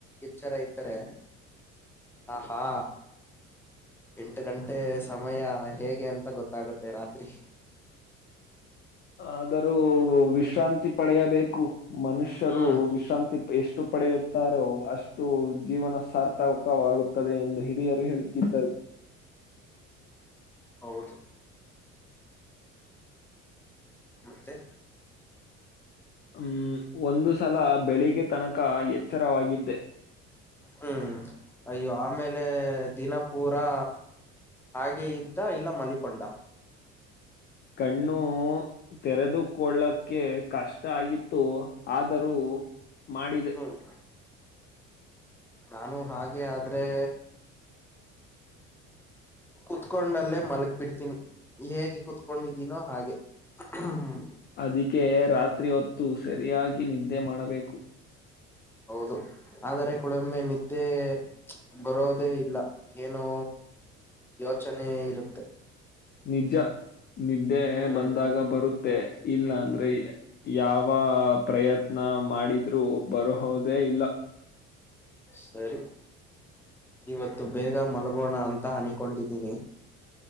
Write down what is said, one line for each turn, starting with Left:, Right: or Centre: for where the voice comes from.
Centre: ಎಚ್ಚರ ಇದ್ದರೆ. ಹಾ ಹಾ. ಎಂಟು ಗಂಟೆ ಸಮಯ ಹೇಗೆ ಅಂತ ಗೊತ್ತಾಗುತ್ತೆ ರಾತ್ರಿ.
Left: ಆದರೂ ವಿಶ್ರಾಂತಿ ಪಡೆಯಬೇಕು. ಮನುಷ್ಯರು
Centre: ಹ್ಮ್
Left: ವಿಶ್ರಾಂತಿ ಎಷ್ಟು. ಪಡೆಯುತ್ತಾರೋ ಅಷ್ಟು ಜೀವನ ಸಾರ್ಥಕವಾಗುತ್ತದೆ ಎಂದು ಹಿರಿಯರು ಹೇಳುತ್ತಿದ್ದರು.
Centre: ಹೌದು ಮತ್ತೆ.
Left: ಹ್ಮ ಒಂದು ಸಲ ಬೆಳಗ್ಗೆ ತನಕ ಎಚ್ಚರವಾಗಿದ್ದೆ.
Centre: ಹ್ಮ್ ಅಯ್ಯೋ ಆಮೇಲೆ ದಿನ ಪೂರಾ. ಹಾಗೆ ಇದ್ದ ಇಲ್ಲ ಮಲಕೊಂಡ.
Left: ಕಣ್ಣು ತೆರೆದುಕೊಳ್ಳಕ್ಕೆ ಕಷ್ಟ ಆಗಿತ್ತು ಆದರೂ. ಮಾಡಿದೆ.
Centre: ಹ್ಮ್ ನಾನು ಹಾಗೆ ಆದ್ರೆ. ಕುತ್ಕೊಂಡಲ್ಲೇ ಮಲಗ್ ಬಿಡ್ತೀನಿ ಹೇಗೆ ಕುತ್ಕೊಂಡಿದ್ದೀನೋ ಹಾಗೆ ಮ.
Left: ಅದಕ್ಕೆ ರಾತ್ರಿ ಹೊತ್ತು ಸರಿಯಾಗಿ ನಿದ್ದೆ ಮಾಡಬೇಕು.
Centre: ಹೌದು ಆದರೆ ಕೊಳೊಮ್ಮೆ ನಿದ್ದೆ. ಬರೋದೇ ಇಲ್ಲ ಏನೋ ಯೋಚನೆ ಇರುತ್ತೆ.
Left: ನಿಜ ನಿದ್ದೆ
Centre: ಹ್ಮ್
Left: ಬಂದಾಗ ಬರುತ್ತೆ ಇಲ್ಲ ಅಂದ್ರೆ ಯಾವ. ಯಾವ ಪ್ರಯತ್ನ ಮಾಡಿದ್ರು ಬರಹೋದೇ ಇಲ್ಲ.
Centre: ಸರಿ. ಇವತ್ತು ಬೇಗ ಮಲ್ಗೋಣ ಅಂತ ಅನ್ಕೊಂಡಿದ್ದೀನಿ.